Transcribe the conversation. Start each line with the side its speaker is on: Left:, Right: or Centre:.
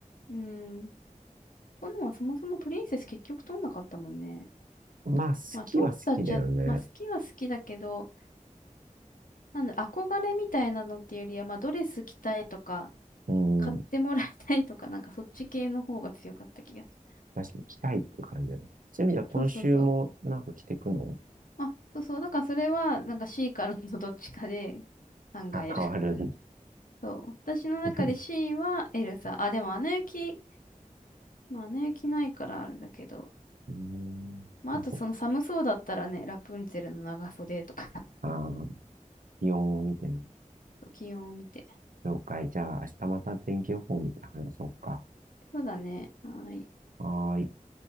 Left: うん。ここのはそもそもプリンセス結局通んなかったもんね。
Right: まあ、好きは好きだよね。
Left: まあ通ったっちゃ、まあ好きは好きだけど、なんだ、憧れみたいなのっていうよりは、まあドレス着たいとか、
Right: うん。
Left: 買ってもらいたいとか、なんかそっち系の方が強かった気がする。
Right: 確かに来たいっていう感じだね。そういう意味では今週もなんか着てくの
Left: そうそうそう。あ、そうそう。だからそれは、なんか C からの <laughs> どっちかで考える。
Right: あ、変わるんだ。
Left: <laughs> そう。私の中で
Right: <laughs>
Left: C はエルサ。あ、でもアナ雪、まあアナ雪ないからあれだけど。
Right: うん。
Left: まああとその寒そうだったらね、
Right: まあ、そう。
Left: ラプンツェルの長袖とか <laughs>
Right: ああ、気温を見てね。
Left: そう気温を見て。
Right: 了解。じゃあ、明日また天気予報を見て話そうか。
Left: そうだね。はーい。
Right: はーい。